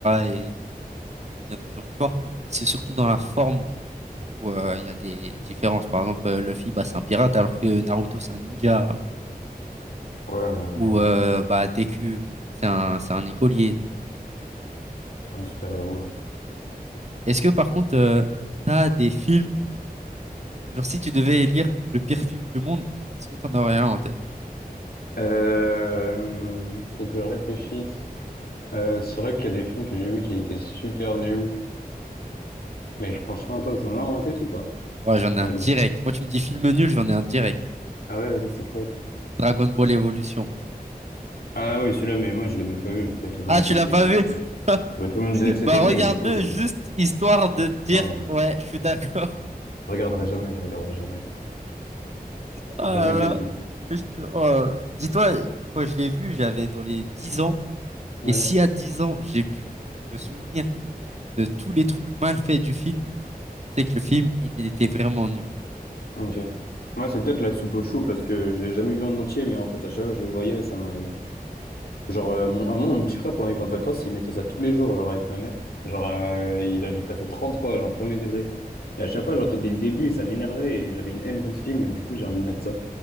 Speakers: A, on the right; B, on the left.
A: et devenir de plus en plus fort. C'est surtout dans la forme où euh, il y a des différences. Par exemple, euh, Luffy, bah, c'est un pirate, alors que Naruto, c'est un ninja, ou,
B: Ouais, mais bon,
A: ou, euh, bah, Deku, c'est un, c'est un écolier. Donc,
B: un super-héros. ouais.
A: ouais. Est-ce que par contre, euh, t'as des films Genre, si tu devais élire le pire film du monde, est-ce que t'en aurais un en tête?
B: Euh, faut que je réfléchisse. Euh, c'est vrai qu'il y a des films que j'ai vus qui étaient super nuls. Mais franchement, toi, t'en as en tête ou pas?
A: Ouais, j'en ai
B: Moi,
A: un direct.
B: je vois pas.
A: Moi, tu me dis film nul, j'en ai un direct.
B: Ah ouais, vas-y, c'est clair.
A: Dragon Ball Evolution.
B: Ah oui, celui-là, mais moi, je l'ai même pas vu. Tout le
A: Ah,
B: monde disait
A: tu l'as
B: qu'il
A: pas
B: était
A: vu?
B: nul.
A: <laughs>
B: Bah, tout le monde disait que c'était
A: Bah,
B: nul,
A: regarde-le,
B: du coup. euh,
A: juste histoire de te dire,
B: Non,
A: ouais,
B: euh,
A: je suis d'accord. <laughs>
B: je regarderai jamais, je regarderai jamais.
A: Oh là
B: Jamais
A: là,
B: de la vie.
A: je te- oh. Dis-toi, quand je l'ai vu, j'avais dans les 10 ans.
B: Ouais,
A: Et si à 10 ans, j'ai pu me souvenir de tous les trucs mal faits du film, c'est que le film, il était vraiment nul.
B: ok. Moi, c'est peut-être la soupe aux choux, parce que je l'ai jamais vu en entier, mais en fait, à chaque fois, je le voyais et ça me... Genre, euh, mon... à un moment, mon petit frère, pendant les grandes vacances, il mettait ça tous les jours, genre, avec ma mère. Genre, euh, il a dû passer 30 fois, genre, premier degré. Et à chaque fois, j'entendais le début et ça m'énervait et j'avais une haine contre ce film, et du coup, j'ai envie de mettre ça.